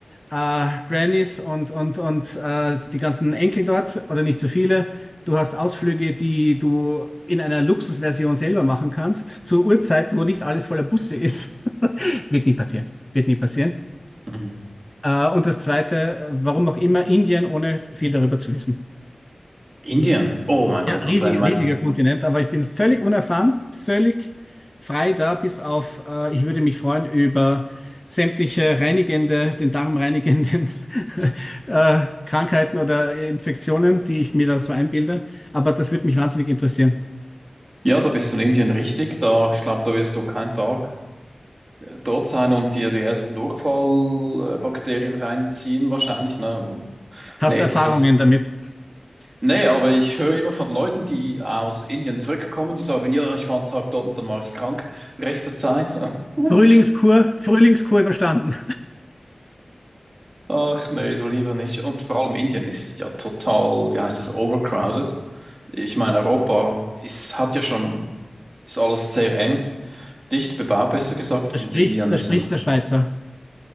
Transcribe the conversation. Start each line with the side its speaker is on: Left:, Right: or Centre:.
Left: äh, Grannies und, und, und äh, die ganzen Enkel dort oder nicht so viele. Du hast Ausflüge, die du in einer Luxusversion selber machen kannst, zur Uhrzeit, wo nicht alles voller Busse ist. <laughs> Wird nie passieren. Wird nie passieren.
Right: Mhm.
Left: Äh, und das Zweite, warum auch immer Indien, ohne viel darüber zu wissen.
Right: Indien. Oh mein Gott,
Left: Ja, riesig,
Right: das war in mein.
Left: riesiger Kontinent, aber ich bin völlig unerfahren, völlig frei da, bis auf, äh, ich würde mich freuen über sämtliche reinigende, den Darm reinigenden <laughs> äh, Krankheiten oder Infektionen, die ich mir da so einbilde. Aber das würde mich wahnsinnig interessieren.
Right: Ja, da bist du in Indien richtig. Da, ich glaube, da wirst du keinen Tag äh, dort sein und dir die ersten Durchfallbakterien reinziehen, wahrscheinlich. Ne?
Left: Hast
Right: Nee,
Left: du Erfahrungen
Right: also das
Left: damit?
Right: Nee, aber ich höre immer von Leuten, die aus Indien zurückkommen, die sagen, ja, ich war einen Tag dort und dann war ich krank, Rest der Zeit. <laughs>
Left: Frühlingskur, Frühlingskur überstanden.
Right: Ach nee, du lieber nicht. Und vor allem Indien ist ja total, wie heißt das, overcrowded. Ich meine, Europa ist, hat ja schon, ist alles sehr eng, dicht bebaut, besser gesagt,
Left: Da
Right: und
Left: spricht,
Right: Indien
Left: da
Right: ist
Left: spricht
Right: ein,
Left: der Schweizer.